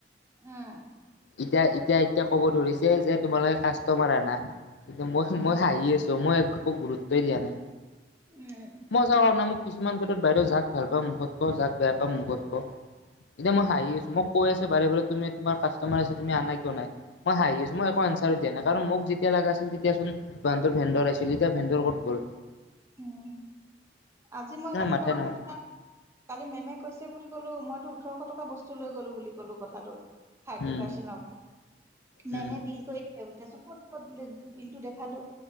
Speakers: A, on the right (about 15°); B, on the left (about 80°).
A: উম।
B: এতিয়া এতিয়া এতিয়া ক'ব ধৰিছে যে তোমালোকে কাষ্টমাৰ আনা এতিয়া মই
A: উম
B: মই হাঁহি আছো মই খুব গুৰুত্বই দিয়া নাই
A: উম
B: মই সচাই কোৱা মোক। কিছুমান ক্ষেত্ৰত বাইদেউ যাক ভাল পাওঁ মুখত কওঁ, যাক বেয়া পাওঁ মুখত কওঁ, এতিয়া মই হাঁহি আছো মই কৈ আছো বাৰে বাৰে তুমি তোমাৰ কাছ তোমাৰ তুমি আনা কিয় নাই মই হাঁহি আছো মই এক আনচাৰ দিয়া নাই কাৰণ মোক যেতিয়া লগা আছিল তেতিয়া ভেন্দৰ আহিছিলি যে ভেন্দৰ ক'ত গ'ল
A: উম আজি মই সেইকাৰণে
B: মাথাই
A: কলো
B: নামাৰিলো
A: ন কালি মেমে কৈছে বুলি কলো মইটো ওঠৰশ টকা বস্তু লৈ গ'লো বুলি ক'লো কথাটো। থাৰ্টি
B: উম
A: পাৰ্চেট মেমে
B: উম
A: বিল কৰি ক'ত ক'ত বুলি বিল টো দেখালো,